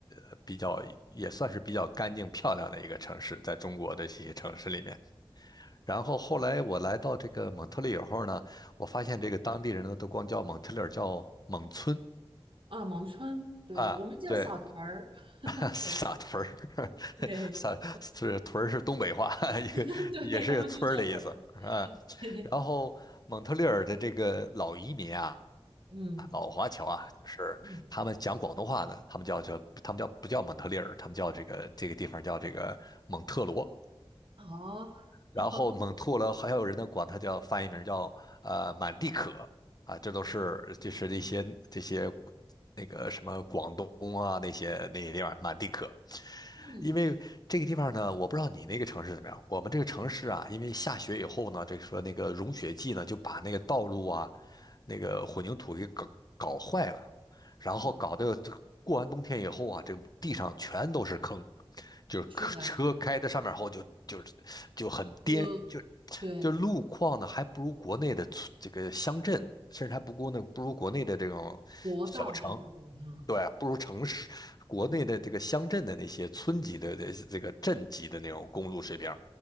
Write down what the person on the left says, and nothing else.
呃比较也算是比较干净漂亮的一个城市，在中国的这些城市里面。然后后来我来到这个蒙特利尔后呢，我发现这个当地人呢都光叫蒙特利尔叫蒙村
啊，
对，<laughs>
撒屯儿，
<laughs> 撒是屯儿是东北话，
<laughs> 一个也是个村儿的意思啊。
然后蒙特利尔的这个老移民啊，
老华侨啊，就是他们讲广东话呢，
他们叫叫他们叫不叫蒙特利尔，他们叫这个这个地方叫这个蒙特罗
然后猛吐了，
还有人呢管它叫翻译名叫呃满地可啊，这都是就是那些这些那个什么广东啊那些那些地方满地可，
因为这个地方呢，我不知道你那个城市怎么样，我们这个城市啊，因为下雪以后呢，这说那个融雪剂呢就把那个道路啊那个混凝土给搞搞坏了，然后搞得就过完冬天以后啊，
这个地上全都是坑，就是车开在上面后就就是就很颠，
就
就路况呢还不如国内的村这个乡镇，甚至还不过那不如国内的这种小城，
对，不如城市国内的这个乡镇的那些村级的的这个镇级的那种公路水平，